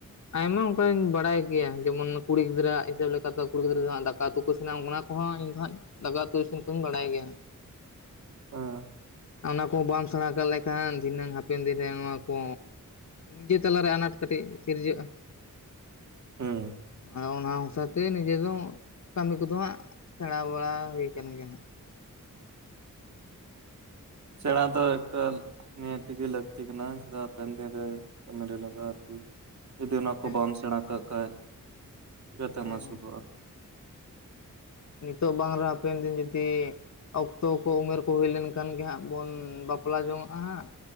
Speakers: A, on the left (about 55°); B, on the right (about 60°).
A: ᱟᱭᱢᱟ ᱚᱱᱠᱟᱧ ᱵᱟᱲᱟᱭ ᱜᱮᱭᱟ ᱡᱮᱢᱚᱱ ᱠᱩᱲᱤ ᱜᱤᱫᱽᱨᱟᱹ ᱦᱤᱥᱟᱹᱵ ᱞᱮᱠᱟᱛᱮ ᱠᱩᱲᱤ ᱜᱤᱫᱽᱨᱟᱹ ᱡᱟᱦᱟᱸ ᱫᱟᱠᱟ ᱩᱛᱩ ᱠᱚ ᱤᱥᱤᱱᱟ ᱚᱱᱠᱟ, ᱠᱚᱦᱚ ᱤᱧ ᱫᱚ ᱦᱟᱸᱜ ᱫᱟᱠᱟ ᱩᱛᱩ ᱤᱥᱤᱱ ᱠᱚᱧ ᱵᱟᱲᱟᱭ ᱜᱮᱭᱟ ᱾
B: ᱦᱟᱸᱻ
A: ᱚᱱᱟ ᱠᱚ ᱵᱟᱢ ᱥᱮᱬᱟ ᱠᱟᱜ ᱞᱮᱠᱷᱟᱱ ᱫᱷᱤᱱᱟᱹᱝ ᱦᱟᱯᱮᱱ ᱫᱤᱱᱨᱮ ᱱᱚᱣᱟ ᱠᱚ ᱱᱤᱡᱮ ᱛᱟᱞᱟᱨᱮ ᱟᱱᱟᱴ ᱠᱟᱹᱴᱤᱡ ᱥᱤᱨᱡᱟᱹᱜ-ᱟ
B: ᱦᱩᱸ
A: ᱚᱱᱟ <inaudible> ᱦᱟᱸᱻ ᱚᱱᱟ ᱱᱩᱥᱟᱨ, ᱛᱮ ᱱᱤᱡᱮ ᱫᱚ ᱠᱟᱹᱢᱤ ᱠᱚᱫᱚ ᱦᱟᱸᱜ ᱥᱮᱬᱟ ᱵᱟᱲᱟ ᱦᱩᱭ ᱟᱠᱟᱱ ᱜᱮᱭᱟ ᱦᱟᱸᱜ ᱾᱾
B: ᱥᱮᱬᱟ ᱫᱚ ᱮᱠᱟᱞ, ᱱᱤᱭᱟᱹ ᱛᱮᱜᱮ ᱞᱟᱹᱠᱛᱤ ᱠᱟᱱᱟ ᱪᱮᱫᱟᱜ ᱴᱟᱺᱰᱤ ᱨᱮ ᱠᱟᱹᱢᱤ ᱨᱮ ᱞᱟᱜᱟᱜ ᱟᱨᱠᱤ ᱾ ᱡᱩᱫᱤ ᱚᱱᱟ ᱠᱚ
A: ᱦᱮᱸ
B: ᱵᱟᱢ ᱥᱮᱬᱟ ᱠᱟᱜ ᱠᱷᱟᱱ ᱪᱤᱠᱟᱹᱛᱮᱢ
A: ᱦᱮᱸ
B: ᱟᱹᱥᱩᱞᱚᱜᱼᱟ
A: ᱦᱮᱸ
B: ᱾
A: ᱱᱤᱛᱚᱜ ᱵᱟᱝ ᱨᱮᱦᱚᱸ ᱦᱟᱯᱮᱱ ᱫᱤᱱ ᱡᱩᱫᱤ ᱚᱠᱛᱚ ᱠᱚ ᱩᱢᱮᱨ ᱠᱚ ᱦᱩᱭ ᱞᱮᱱᱠᱷᱟᱱ ᱜᱮ ᱦᱟᱸᱜ ᱵᱚᱱ ᱵᱟᱯᱞᱟ ᱡᱚᱝ ᱟᱦᱟᱸᱜ